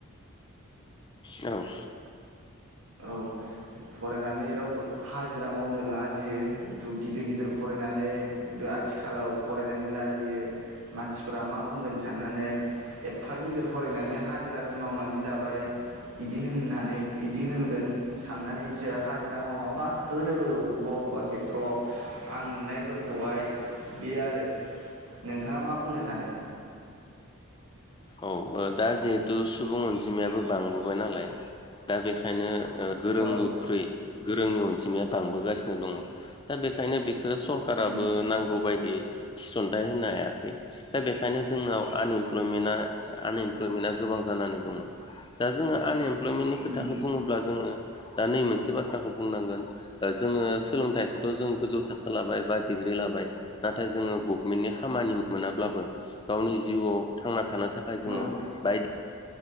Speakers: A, on the left; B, on the right.
A: औ
B: औ फरायनानै रावबो हाजिरा मावनो लाजियो जिथु गिदिर गिदिर फराय फरायनानै खिथु आथिखालाव फरायनानै लाजियो मानसिफ्रा मा बुंगोन साननानै एफा गिदिर फरायनानै हाजिरासो मावनानै जाबाय बिदि होननानै बिदि होनगोन साननानै बिसोरो हाजिरा मावा बा होनोबो बबेबा बबेबा खेथ्रआव आं नुनायफोरखौहाय बे आरो नोंथाङा मा बुंनो सानो?
A: औ दा जिहेथु सुबुं अनजिमायाबो बांबोबाय नालाय दा बेखायनो ओ गोरोंनिख्रुइ
B: औ
A: गोरोंनि अनजिमाया बांबोगासिनो दङ दा बेनिखायनो बे सरखाराबो
B: उम
A: नांगौ बायदि थिसनथायाइ होनो हायाखै दा बेखायनो जोंनाव आनइमप्लयमेन्टआ आनइमप्लयमेन्टआ गोबां जानानै दङ। दा जोङो आनइमप्लयमेन्टनि खोथाखौ
B: उम
A: बुङोब्ला जोङो दा नै मोनसे बाथ्राखौ बुंनांगोन। जोङो सोलोंथाइखौथ' जों गोजौ थाखो लाबाय बा डिग्रि लाबाय नाथाय जोङो गभनमेन्टनि खामानि मोनाब्लाबो गावनि जिउआव थांना थानो थाखाय जोङो
B: औ
A: बायदि